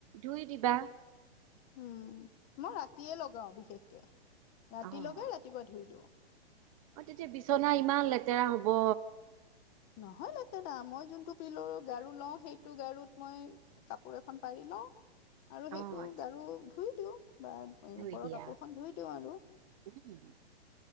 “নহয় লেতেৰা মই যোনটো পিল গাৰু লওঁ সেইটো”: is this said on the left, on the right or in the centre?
Left